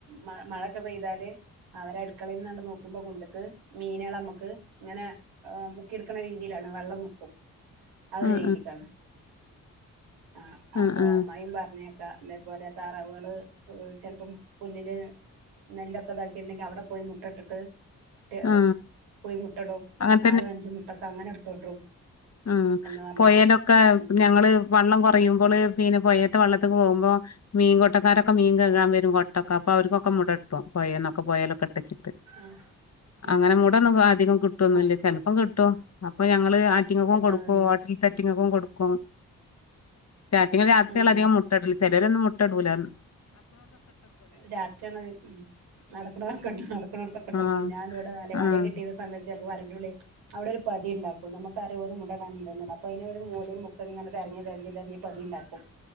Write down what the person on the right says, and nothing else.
മ മഴൊക്കെ പെയ്താല് അവര് അടുക്കളയിന്ന് പൊ കുണ്ട്ക്ക് മീനാളെ നമ്മക്ക് ഇങ്ങനെ ആ മുക്കിട്ക്ണ രീതിയിലാണ് വെള്ളം മൊക്കും ആ ഒരു
രീതിക്കാണ് ആ
അപ്പൊ
അമ്മായും പർഞ് അതേപോലെ താറാവ്കള് ചെലപ്പം പുല്ലില് നെല്ലൊക്കെ ഇതാക്കിട്ട് ണ്ടെങ്കില് അവിടെ പോയി മുട്ട ഇട്ടിട്ട് ട്ട്
പോയി മുട്ടടും
നാലും അഞ്ചും മുട്ടൊക്കെ അങ്ങനെ <unintelligible>
എന്ന് പറഞ്ഞ
കാണാം ഉം
ആ ആ
ആ
കിട്ടുന്നില്ല
ഉം
ഉം
രാത്രിയണ നടക്കുന്നർക്കെട്ടോ നടക്കണോടത്തൊക്കെട്ടോ
പോ ഞാൻ ഇവിടെ നല്ല വല
കിട്ടിയുന്ന സമയത്ത്ല്ല അത് വലുള്ളി അവിടെ ഒരു പതി ഉണ്ടാക്കും നമുക്കറിയ ഒരു മുടണ്ട അപ്പൊ അതിന ഒരു മൂലയും മുക്ക ഇങ്ങനെ െരഞ്ഞഞ് തതിരഞ്ഞ് തെഞ്ഞഞ് പതി ഉണ്ടാക്കും